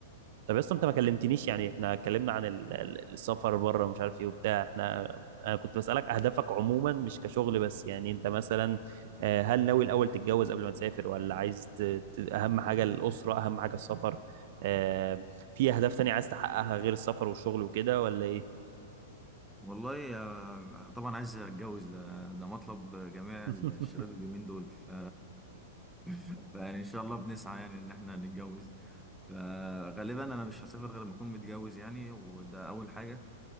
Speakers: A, on the right (about 60°); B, in the centre.
A: طب اصلا انت ما كلمتنيش يعني احنا اتكلمنا عن ال- ال- السفر بره ومش عارف ايه وبتاع احنا انا كنت بسألك اهدافك عموما مش كشغل بس يعني انت مثلا آه، هل ناوي الاول تتجوز قبل ما تسافر ولا عايز ت- ت- اهم حاجة الأسرة اهم حاجة السفر آه، في اهداف تانية عايز تحققها غير السفر والشغل وكده ولا ايه
B: والله آه، طبعا عايز أتجوز ده ده مطلب جميع
A: <laughs>
B: الشباب اليومين دول ف... <laughs> فيعني إن شاء الله بنسعى يعني إن إحنا نتجوز فغالبا أنا مش هسافر غير لما أكون متجوز يعني وده أول حاجة